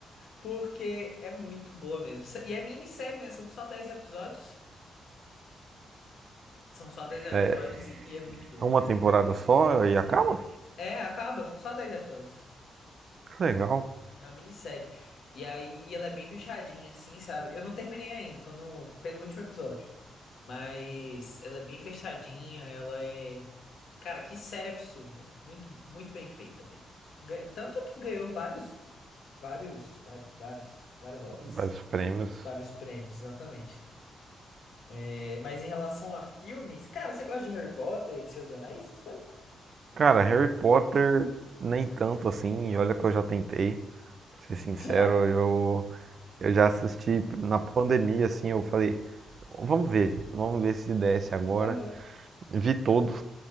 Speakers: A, on the left (about 65°); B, on the right (about 50°).
A: Porque é muito boa mesmo. E é minissérie, né? São só 10 episódios. São só dez episódios
B: é
A: e, e é muito boa.
B: uma temporada só e acaba
A: É, acaba, são só 10 episódios.
B: que legal
A: É uma minissérie. E aí ela é bem fechadinha, assim, sabe? Eu não terminei ainda, tô no penúltimo episódio. Mas ela é bem fechadinha, ela é. Cara, que série absurda. Muito, muito bem feita mesmo. Gan- Tanto que ganhou vários, vários, vários, vários, várias obras.
B: vários prêmios
A: Vários prêmios, exatamente. É, mas em relação a filmes, cara, você gosta de Harry Potter e Seus Anéis? essas coisas?
B: cara Harry Potter nem tanto assim e olha que eu já tentei Pra ser sincero,
A: <laughs> Já?
B: eu, eu já assisti na pandemia, assim, eu falei, vamos ver, vamos ver se desce agora.
A: Aham,
B: Vi todos.